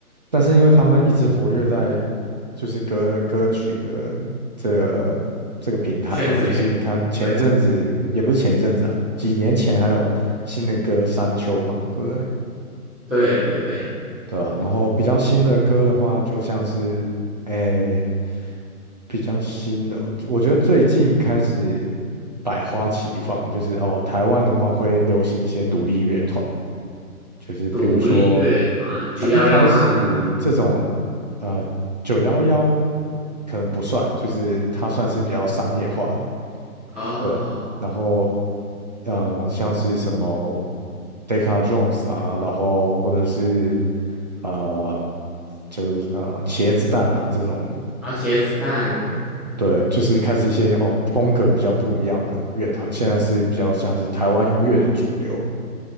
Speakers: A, on the right; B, in the centre.
A: 但是因为他们一直活跃在就是歌歌曲的这个这个平台嘛，
B: 圈子里面。
A: 就是你看前一阵子也不是前一阵子啊，
B: 对
A: 几年前还有新的歌《山丘》嘛，对不对？
B: 对对对，
A: 对吧、然后比较新的歌的话，就像是诶、比较新的，我觉得最近开始百花齐放，就是哦，台湾的话会流行一些独立乐团，就是比如说，
B: 独立乐团九幺幺嘛，
A: 呃，一开始这种呃九幺幺可能不算，就是它算是比较商业化的，
B: 啊
A: 对。然后呃，像是什么 Decca Jones 啊，然后或者是呃，就是呃茄子蛋啊这种，
B: 而且子弹，
A: 对，就是开始一些哦风格比较不一样的乐团，现在是比较像是台湾音乐的主流。